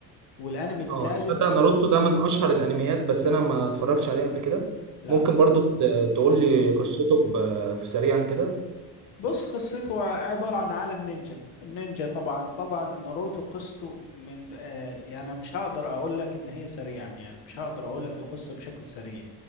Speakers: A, on the left; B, on the right.
A: والانمي التالت
B: اه تصدق ناروتو ده من اشهر الانميات بس انا ما اتفرجتش عليه قبل كده
A: لا
B: ممكن برضو ت- تقول لي قصته ب- في سريعا كده
A: بص قصته عبارة عن عالم نينجا النينجا طبعا طبعا ناروتو قصته من آه يعني أنا مش هقدر اقول لك ان هي سريعا يعني مش هقدر اقول لك القصة بشكل سريع